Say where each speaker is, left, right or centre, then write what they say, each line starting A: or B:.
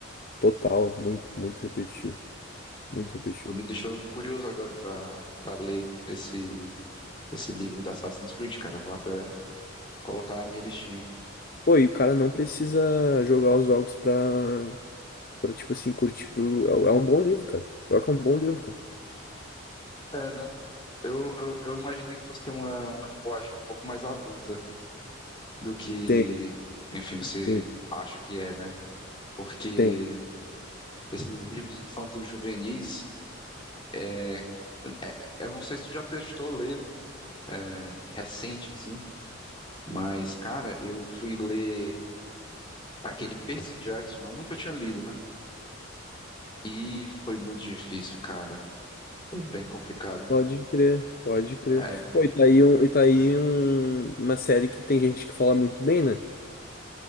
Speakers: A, on the left; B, on the left.
A: Total, muito, muito repetitivo. Muito repetitivo.
B: Tu me deixou curioso agora pra, pra ler esse, esse livro da Assassin's Creed, cara. Eu Vou até colocar na minha listinha.
A: Pô, e o cara não precisa jogar os jogos pra, pra tipo assim, curtir o... É é um bom livro, cara. Pior que é um bom livro, cara.
B: É, né? Eu, eu, eu imaginei que fosse ter uma, uma linguagem um pouco mais adulta do que,
A: Tem,
B: enfim, você
A: tem,
B: acha que é, né? Porque
A: tem.
B: esses livros infantos juvenis, é, eu não sei se tu já testou ler um é, recente, assim, mas, cara, eu fui ler aquele Percy Jackson, eu nunca tinha lido, né? E foi muito difícil, cara. Foi bem complicado.
A: Pode crer, pode crer.
B: É,
A: Pô, e tá aí, um, e tá aí um- uma série que tem gente que fala muito bem, né?